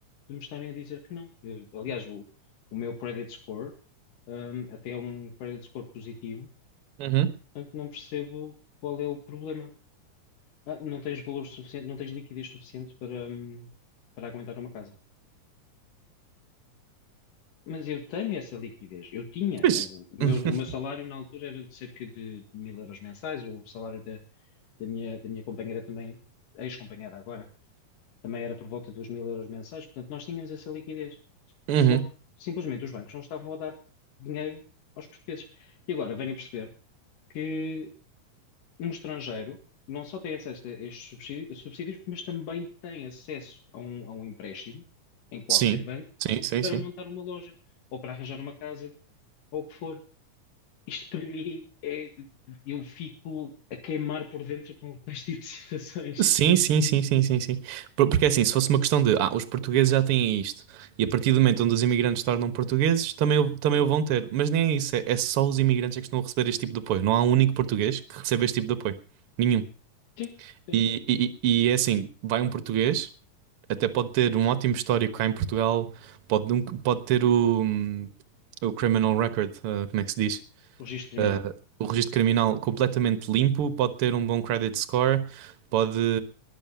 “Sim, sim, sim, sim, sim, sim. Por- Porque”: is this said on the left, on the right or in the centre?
Right